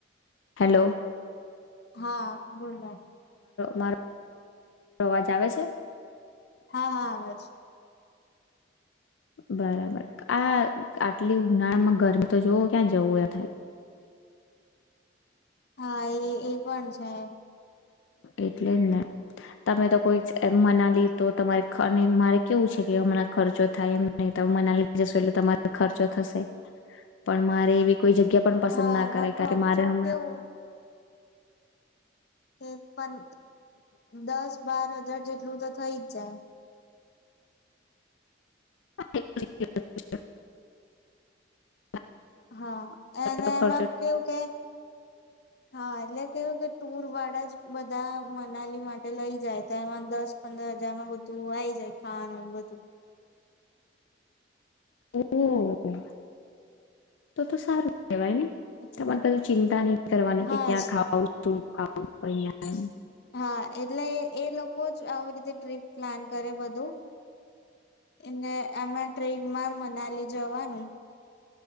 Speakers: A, on the left (about 85°); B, on the left (about 55°).
A: હેલો.
B: હા બોલો.
A: માર અવાજ આવે છે?
B: હા <inaudible>
A: બરાબર આ આટલી ઉનાળામાં ગરમી તો જોવ ક્યાં જવું એ થાય.
B: હા એ એ પણ છે.
A: એટલે જ ને તમે તો કોઈ એ મનાલી તો તમારે મારે કેવું છે કે હમણાં ખર્ચો થાય એમ નહી. ત મના લઈ જશ એટલે તમારો ખર્ચો થશે પણ મારે એવી કોઈ જગ્યા પણ પસંદ
B: હા
A: ના
B: એમાં
A: કરાય
B: ખર્ચો
A: કાર કે મારે હમણાં.
B: કેવું <inaudible> પન દસ બાર હજાર જેટલું તો થઇ જ જાય.
A: <inaudible>
B: હા અને
A: ખર્ચો
B: એમાં કેવું કે હા એટલે કેવું કે ટુર વાળા જ બધા મનાલી માટે લઈ જાય તો એમાં દસ પંદર હજારમાં બધું આવીઈ જાય ખાવાનું બધું.
A: હમ્મ તો તો સારું. કેવાય ને
B: એટલે
A: તમારે કી ચિંતા નહ કરવાની
B: હા
A: કે ક્યાં ખાવા તું કામ કહી <unintelligible>
B: હા એટલે એ લોકો જ આવી રીતે ટ્રીપ પ્લાન કરે બધું અને આમાં ટ્રેનમાં મનાલી જવાનું.